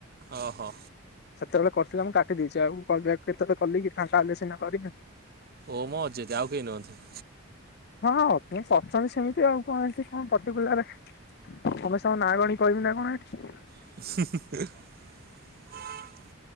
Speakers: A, on the right; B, on the left.
A: ଓ ହୋ।
B: ସେତେବେଳେ କରିଥିଲା ମୁଁ କାଟି ଦେଇଛି ଆଉ କଲ୍ ବ୍ୟାକ କେତେବେଳେ କଲି କି। ଫାଙ୍କା ହେଲେ ସିନା କରିବି
A: ଓମ୍ ଅଜିଦ୍ ଆଉ କେହି ନୁହନ୍ତି।
B: ହଁ କରୁଛନ୍ତି ସେମିତି ଆଉ କଣ ଏଠି କଣ ପର୍ଟିକୁଲାର ସମସ୍ତଙ୍କ ନାଁ ଗଣି କି କହିବି ନା କଣ ଏଠି।
A: <inaudible>